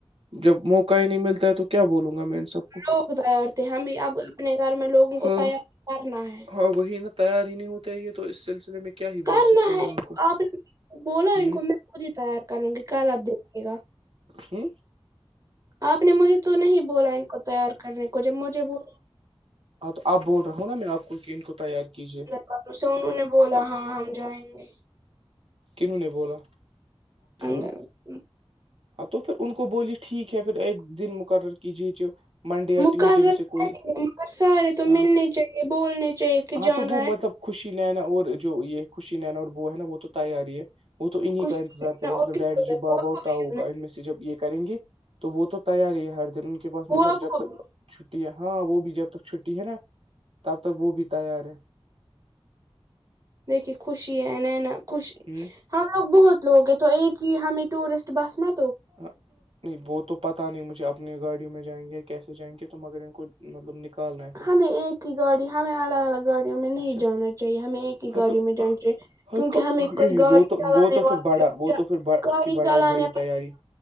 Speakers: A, on the right; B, on the right.
A: جب موقع ہی نہیں ملتا ہے تو کیا بولوں گا میں ان سب کو
B: لوگ تیار تھ ہم بھی اب اپنے گھر میں لوگوں کو
A: ہاں
B: تیار کرنا ہے
A: ہاں وہی نا تیار ہی نہیں ہوتے یہ تو اس سلسلے میں کیا ہی بول
B: کرنا
A: سکتا ہوں
B: ہے
A: میں ان کو
B: آپ نے بولا
A: ہ
B: ان کو میں خود ہی تیار کروں گی کل آپ دےھے گا
A: ہی
B: آپ نے مجھے تو نہیں بولا ان کو تیار کرنے کو جب مجھے ب
A: ہاں تو آپ بول رہا ہوں نا میں آپ کو کی ان کو تیار کیجیے
B: اور اس سے انہوں نے بولا ہاں ہم جائیں گے
A: کنوں نے بولا ہاں
B: اندر
A: ہاں تو پھر ان کو بولی ٹھیک ہے پھر ایک دن مقرر کیجیے جو منڈے یا
B: مقرر
A: ٹیوزڈے میں سے کوئی
B: مگر سارے تو
A: ہاں
B: ملنے چاہیے بولنے چاہیے کہ
A: ہاں
B: جانا
A: تو وہ مطلب
B: ہے
A: خوشی نینا اور جو یہ خوشی نینا اور بو ہے نا وہ تو تیار ہی ہے وہ تو انہ
B: کچھ
A: ہی کا انتظار
B: لینا
A: کریں مطب
B: اور کس کو
A: ڈی جی
B: ہے؟ بوا
A: بابا اور
B: کو
A: تا
B: بھی
A: ہوگا
B: جانا ہے
A: ان میں سے جب یہ کریں گے تو وہ تو تیار ہی ہے ہر دن ان کے پاس مطلب
B: بوا
A: جب
B: کو
A: تک
B: بھی
A: چھٹی ہے ہاں وہ بھی جب تک چھٹی ہے نا تب تک وہ بھی تیار ہے
B: دیکے خوشی ہے ن ن خوشی
A: ہ
B: ہم لوگ بہت لوگ ہیں تو ایک ہی ہمیں ٹورسٹ بس میں
A: ہاں نہیں وہ تو پتا نہیں مجھے اپنی گاڑیوں میں جائیں گے یا کیسے جائیں گے تو مگر ان کو مطلب نکال رہے ہیں
B: ہمیں ایک ہی گاڑی ہمیں الگ الگ گاڑیوں میں نہیں
A: اچھا
B: جانا چاہیے ہمیں ایک
A: ہاں
B: گاڑی
A: تو
B: میں جان کیونکہ
A: ہاں کو
B: ہمیں
A: یہی
B: کوئی گاڑی
A: وہ تو
B: چلانے
A: وہ تو پھر
B: وال
A: بڑا وہ تو پھر بڑا- اس
B: گاڑی
A: کی بڑائی
B: چلانے
A: بڑی تیاری
B: وال